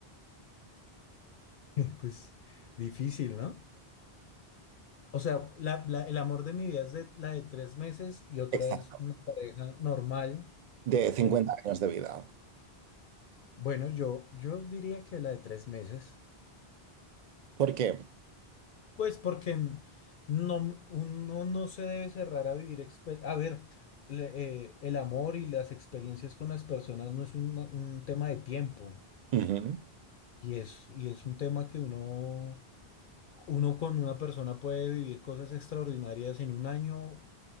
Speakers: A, on the left (about 60°); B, on the right (about 55°).
A: <laughs> pues difícil, ¿no? O sea, la- la- el amor de mi vida es de, la de tres meses y otra
B: Exacto.
A: es una pareja normal,
B: De 50
A: pero
B: años de vida.
A: bueno, yo, yo diría que la de tres meses.
B: ¿Por qué?
A: Pues porque no, uno no se debe cerrar a vivir exper- A ver, le- eh, el amor y las experiencias con las personas no es un, un tema de tiempo
B: Ujú.
A: y es, y es un tema que uno, uno con una persona puede vivir cosas extraordinarias en un año